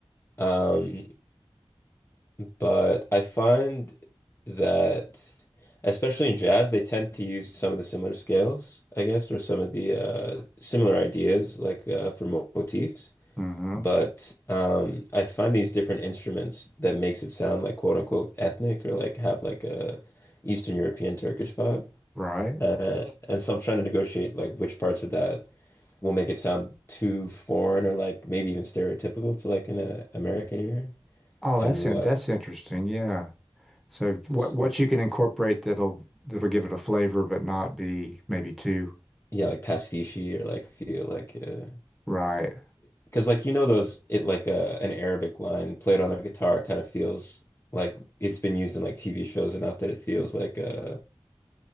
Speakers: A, on the left; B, in the centre.
A: Um, but I find that especially in jazz, they tend to use some of the similar scales, I guess, or some of the uh similar ideas like uh for motifs.
B: <laughs> hmm
A: But um, I find these different instruments that makes it sound like quote unquote ethnic or like have like a Eastern European Turkish vibe.
B: Right.
A: Uh, and so I'm trying to negotiate like which parts of that will make it sound too foreign or like maybe even stereotypical to like an uh, American ear
B: Oh,
A: and
B: that's
A: what
B: in, that's interesting. Yeah. So what
A: is
B: what you can incorporate that'll that'll give it a flavor, but not be maybe too
A: yeah like pastiche or like feel like uh,
B: right.
A: because like you know those it like uh, an Arabic line played on a guitar kind of feels like it's been used in like TV shows enough that it feels like uh,